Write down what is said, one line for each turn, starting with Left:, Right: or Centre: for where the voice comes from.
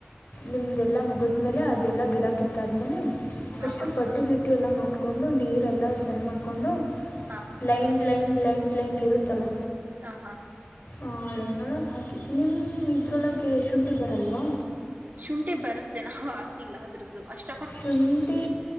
Left: ನಿಮ್ದಲ್ಲ ಮುಗಿದ್ಮೇಲೆ ಅದೆಲ್ಲ ಗಿಡಕ್ಕಿತ್ತ ಆದ್ಮೇಲೆ ಫಸ್ಟು
Right: ಹಾಂ ಹಾಂ
Left: ಫರ್ಟಿಲಿಟಿ ಎಲ್ಲ ನೋಡಿಕೊಂಡು ನೀರೆಲ್ಲ ಸರಿ ಮಾಡಿಕೊಂಡು
Right: ಹಾಂ
Left: ಲೈನ್ ಲೈನ್ ಲೈನ್ ಲೈನ್ ಇರುತ್ತಲ್ಲ
Right: ಹ ಹಾ
Left: ಆ ಆಲೈನ್ನೊಳಗೆ ಹಾಕಿ ನಿಮ್ಮ ಇದ್ರೊಳಗೆ ಶುಂಠಿ ಬರಲ್ವಾ
Right: ಶುಂಠಿ ಬರುತ್ತೆ ನಾವು ಹಾಕಿಲ್ಲ ಅದ್ರದ್ದು ಅಷ್ಟ
Left: ಶುಂಠಿ